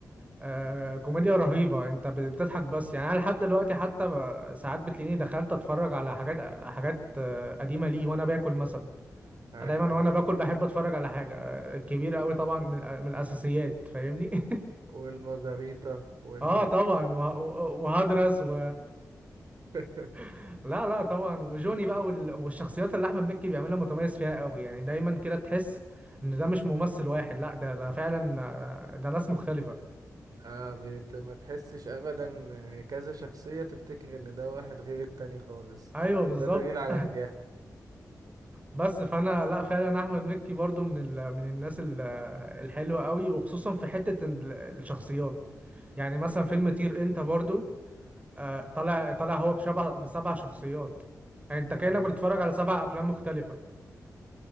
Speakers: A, on the right (about 20°); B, on the right (about 70°).
A: آه كوميديا رهيبة انت ب- بتضحك بس يعني انا لحد دلوقتي حتى ب- ساعات بتلاقيني دخلت اتفرج على حاجات حاجات آه، قديمة لي وانا باكل مثلا
B: ايوه
A: دايما وانا باكل بحب اتفرج على حاجة آه، كبير قوي طبعا من, من الاساسيات فاهمني <laughs>
B: والمزاريطة وال
A: اه طبعا وه- و- وهدرس و
B: <laughs>
A: <laughs> لا لا طبعا وجوني بقى وال- والشخصيات اللي احمد مكي بيعملها متميز فيها قوي يعني دايما كده تحس ان ده مش ممثل واحد لا ده ده فعلا آه، ده ناس مختلفة
B: آه بت... ما تحسش ابدا كذا شخصية تفتكر ان ده واحد غير التاني خالص
A: ايوه
B: آه
A: بالظبط
B: وده دليل على نجاحه
A: بس فانا لا فعلا احمد مكي برضو من ال... من الناس ال... الحلوه قوي وخصوصا في حته ال- الشخصيات يعني مثلا فيلم طير انت برضو آه، طالع طالع هو بشبه بسبع شخصيات يعني انت كانك
B: آه
A: بتتفرج على سبع افلام مختلفه